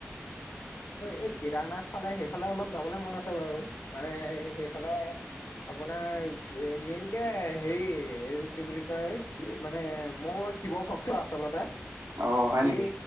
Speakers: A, on the left; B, on the right.
A: এই কেদাৰনাথ ফালে সেইফালে অলপ যাবলৈ মন আছে বাৰু মানে সেইফালৰ আপোনাৰ মেইনকে হেৰি কি বুলি কয় মানে মোৰ শিৱ ভক্ত- আচলতে-
B: অ হয়
A: সেই
B: নেকি